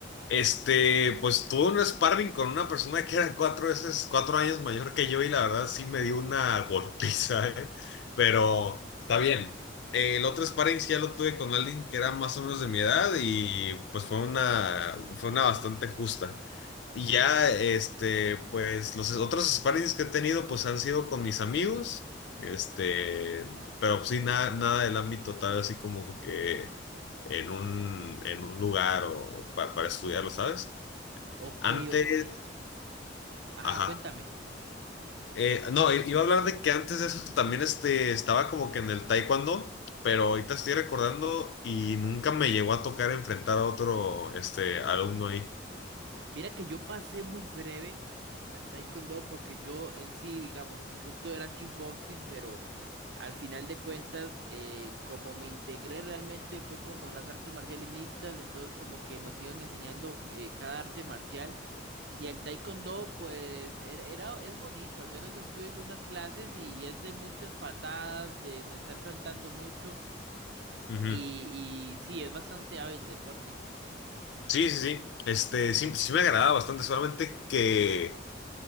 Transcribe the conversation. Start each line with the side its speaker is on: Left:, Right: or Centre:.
Left: Este, pues tuve un sparring con una persona que era cuatro veces, cuatro años mayor que yo y la verdad sí me dio una golpiza, ¿eh? Pero está bien. El otro sparring sí ya lo tuve con alguien que era más o menos de mi edad y pues fue una, fue una bastante justa. Y ya, este, pues los otros sparrings que he tenido, pues han sido con mis amigos, este, pero pues, sí, nada, nada del ámbito tal, así como que en un, en un lugar o pa- para estudiarlo, ¿sabes?
Right: Ok,
Left: Antes,
Right: ok. Ajá,
Left: ajá.
Right: cuéntame.
Left: Eh, no, i- iba a hablar de que antes de eso también este, estaba como que en el taekwondo, pero ahorita estoy recordando y nunca me llegó a tocar enfrentar a otro, este, alumno ahí.
Right: Mira que yo pasé muy breve al taekwondo porque yo en sí, digamos, mi punto era kickboxing, pero al final de cuentas, eh, como me integré realmente fue como en las artes marciales mixtas, entonces como que nos iban enseñando eh, cada arte marcial. Y el taekwondo, pues, era, era- es bonito, al menos estuve en unas clases y es de muchas patadas, de, de estar saltando mucho.
Left: Ujú.
Right: Y, y sí, es bastante hábil el deporte.
Left: Sí, sí, sí. Este, sí, sí me agradaba bastante, solamente que